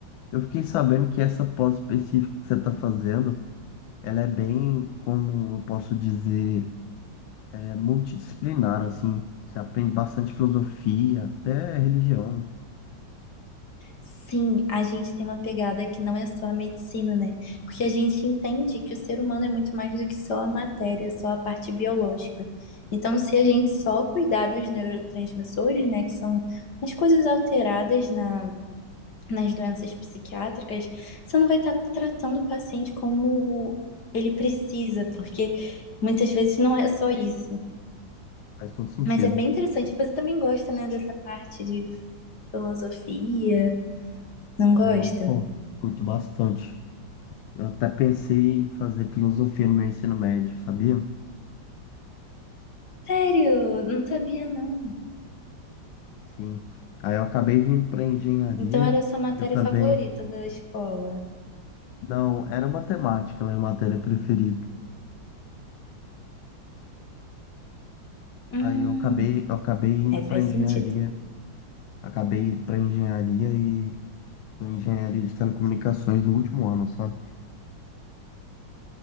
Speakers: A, on the left (about 85°); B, on the left (about 60°).
A: eu fiquei sabendo que essa pós específica que você está fazendo, ela é bem, como eu posso dizer, é multidisciplinar, assim. Você aprende bastante filosofia, até religião.
B: Sim, a gente tem uma pegada que não é só a medicina, né? Porque a gente entende que o ser humano é muito mais do que só a matéria, só a parte biológica. Então, se a gente só cuidar dos neurotransmissores, né, que são as coisas alteradas na, nas doenças psiquiátricas, você não vai estar tratando o paciente como ele precisa, porque muitas vezes não é só isso.
A: Faz todo sentido.
B: Mas é bem interessante. Você também gosta, né, dessa parte de filosofia, não gosta?
A: Ah, eu, pô, curto bastante. Eu até pensei em fazer filosofia no meu ensino médio, sabia?
B: Sério? Não sabia, não.
A: Sim. Aí eu acabei vindo para engenharia.
B: Então era a sua matéria
A: Eu também.
B: favorita da escola.
A: Não, era matemática, minha matéria preferida.
B: Hum,
A: Aí eu acabei, eu acabei indo
B: é, faz
A: para engenharia.
B: sentido.
A: Acabei indo para engenharia e tô em engenharia de telecomunicações no último ano, sabe?